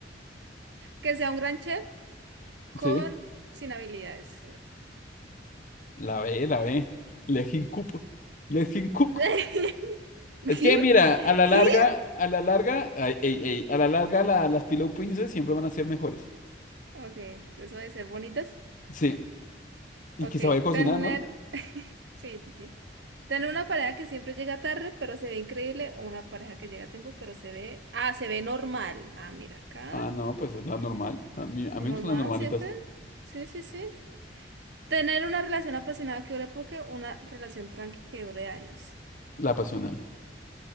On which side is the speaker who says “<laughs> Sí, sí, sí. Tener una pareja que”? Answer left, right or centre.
Right